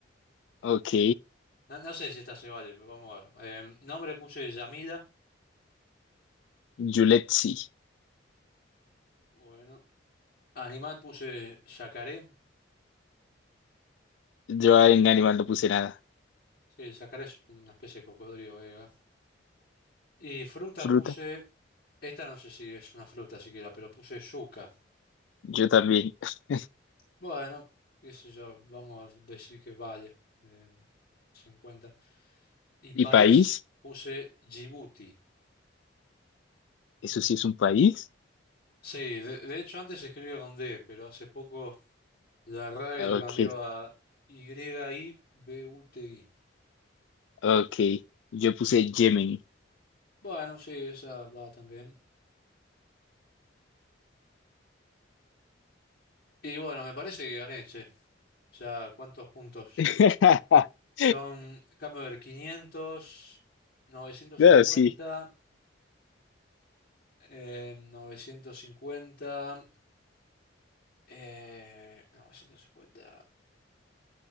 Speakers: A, on the left; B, on the left.
A: Ok,
B: No, no sé si esta se vale, pero vamos a ver. Em, nombre puse Yamila.
A: Yuletsi.
B: Bueno, animal puse yacaré.
A: Yo en animal no puse nada.
B: Sí, sacaré es una especie de cocodrilo, griega. Y fruta
A: Fruta,
B: puse, esta no sé si es una fruta siquiera, pero puse yuca.
A: yo también. <laughs>
B: Bueno, qué sé yo, vamos a decir que vale, eh, 50. Y país
A: ¿Y país?
B: puse Djibouti.
A: Eso sí es un país.
B: Sí, de, de hecho antes se escribía con D, pero hace poco la RAI
A: Ah,
B: lo cambió
A: Ok,
B: a Y-I-B-U-T-I.
A: ok. Yo puse Yemen.
B: Bueno, sí, esa va también. Y bueno, me parece que gané, che. O sea, ¿cuántos puntos?
A: <laughs>
B: Son, déjame ver, 500, 950,
A: Ah, sí,
B: eh, 950, eh, novecientos cincuenta